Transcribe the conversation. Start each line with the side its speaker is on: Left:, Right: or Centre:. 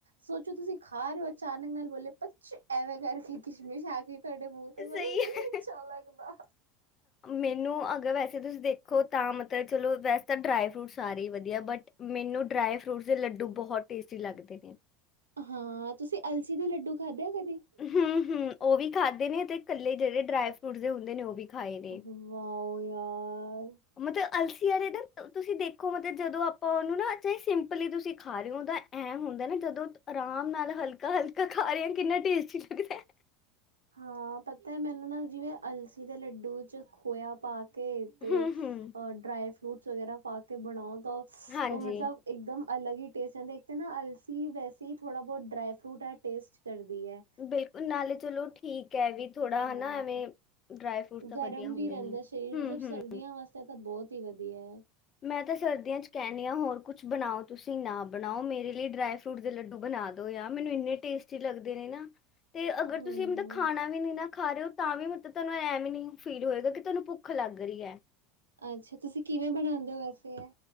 Right: ਸੋਚੋ ਤੁਸੀਂ ਖਾ ਰਏ ਓਂ ਅਚਾਨਕ ਨਾਲ ਬੋਲੇ ਪੱਚੇ ਐਵੇਂ ਕਰਕੇ। ਕਿਸ਼ਮਿਸ਼ ਆ ਗਈ ਤੁਆਡੇ ਮੂੰਹ ਤੇ ਮੈਨੂੰ
Left: ਸਹੀ
Right: ਨਈ
Left: ਹੈ
Right: ਅੱਛਾ ਲੱਗਦਾ।
Left: ਮੈਨੂੰ ਅਗਰ ਵੈਸੇ ਤੁਸੀਂ ਦੇਖੋ ਤਾਂ ਮਤਲਬ ਚਲੋ ਵੈਸੇ ਤਾਂ ਡਰਾਈ ਫਰੂਟ ਸਾਰੇ ਹੀ ਵਦੀਆ ਬਟ ਮੈਨੂੰ ਡਰਾਏ ਫਰੂਟਸ ਦੇ ਲੱਡੂ ਬਹੋਤ ਟੇਸਟੀ ਲੱਗਦੇ ਨੇ।
Right: ਹਾਂ, ਤੁਸੀਂ ਅਲਸੀ ਦੇ ਲੱਡੂ ਖਾਦੈ ਐ ਕਦੀ।
Left: ਹੂੰ-ਹੰ, ਓ ਵੀ ਖਾਦੇ ਨੇ ਤੇ ਕੱਲੇ ਜੇੜੇ ਡਰਾਏ ਫਰੂਟ ਦੇ ਹੁੰਦੇ ਨੇ ਓ ਵੀ। ਖਾਏ ਨੇ
Right: ਓਹੋ ਵਾਓ ਯਾਰ।
Left: ਮਤਲਬ ਅਲਸੀ ਆਲੇ ਨਾ, ਤੁਸੀਂ ਦੇਖੋ ਮਤਲਬ ਜਦੋਂ ਆਪਾਂ ਓਨੂੰ ਨਾ ਚਾਏ ਸਿੰਪਲ ਈ ਤੁਸੀਂ ਖਾ ਰਏ ਓ ਤਾਂ ਐਂ ਹੁੰਦਾ ਨਾ ਜਦੋਂ ਤੁ ਆਰਾਮ ਨਾਲ ਹਲਕਾ-ਹਲਕਾ ਖਾ ਰੇ ਆਂ ਕਿੰਨਾ ਟੇਸਟੀ ਲੱਗਦੈ।
Right: ਹਾਂ ਪਤੈ ਮੈਨੂੰ ਨਾ ਜਿਵੇਂ ਅਲਸੀ ਦੇ ਲੱਡੂ ਵਿੱਚ ਖੋਇਆ ਪਾ ਕੇ ਤੇ
Left: ਹੂੰ
Right: ਅ
Left: ਹੂੰ
Right: ਡਰਾਈ ਫਰੂਟਸ ਵਗੈਰਾ ਪਾ ਕੇ ਬਨਾਓ ਤਾਂ ਸ
Left: ਹਾਂਜੀ
Right: ਓ ਮਤਲਬ ਇਕਦਮ ਅਲਗ ਈ ਟੇਸਟ ਆਂਦੈ ਦੇਖਦੇ ਨਾ ਅਲਸੀ ਵੈਸੇ ਈ ਥੋੜਾ ਬੋਤ ਡਰਾਈ ਫਰੂਟ ਆ ਟੇਸਟ ਕਰਦੀ ਐ।
Left: ਬਿਲਕੁਲ ਨਾਲੇ ਚਲੋ ਠੀਕ ਐ ਵੀ ਥੋੜਾ
Right: ਹਾਂ
Left: ਹਨਾ ਐਵੇਂ ਡਰਾਈ ਫਰੂਟਸ ਤਾਂ
Right: ਗਰਮ
Left: ਵਧੀਆ ਹੁੰਦੇ
Right: ਵੀ ਰੈਂਦਾ
Left: ਨੇ
Right: ਸਰੀਰ
Left: ਹੂੰ
Right: ਮਤਲਬ
Left: ਹੂੰ
Right: ਸਰਦੀਆਂ ਵਾਸਤੇ ਤਾਂ ਬੋਤ ਈ ਵਦੀਐ।
Left: ਮੈਂ ਤਾਂ ਸਰਦੀਆਂ ਚ ਕੈਂਨੀ ਆਂ ਹੋਰ ਕੁਛ ਬਨਾਓ ਤੁਸੀਂ ਨਾ ਬਨਾਓ ਮੇਰੇ ਲਈ ਡਰਾਈ ਫਰੂਟ ਦੇ ਲੱਡੂ ਬਨਾ ਦੋ ਯਾ ਮੈਨੂੰ ਇੰਨੇ ਟੇਸਟੀ ਲੱਗਦੇ ਨੇ ਨਾ, ਤੇ ਅਗਰ
Right: ਹਮ
Left: ਤੁਸੀਂ ਮਤਲਬ ਖਾਨਾ ਵੀ ਨੀ ਨਾ ਖਾ ਰਏ ਓਂ ਤਾਂ ਵੀ ਮਤਲਬ ਤਾਨੂੰ ਐਂ ਵੀ ਨੀ ਫੀਲ ਹੋਏਗਾ ਤਾਨੂੰ ਭੁੱਖ ਲੱਗ ਰਈ ਐ।
Right: ਅੱਛਾ ਤੁਸੀਂ ਕਿਵੇਂ ਬਨਾਂਦੇ ਓ ਵੈਸੇ ਐਹ